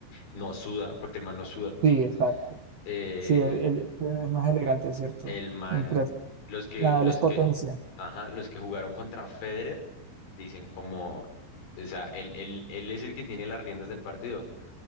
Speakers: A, on the left; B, on the right.
A: no suda, porque el man no suda.
B: sí, exacto.
A: eh,
B: Sí, el, el Federer es más elegante, ¿cierto?
A: El man,
B: Mientras
A: los que,
B: Nadal
A: los
B: es potencia.
A: que, ajá, los que jugaron contra Federer dicen como, o sea, él, él, él es el que tiene las riendas del partido.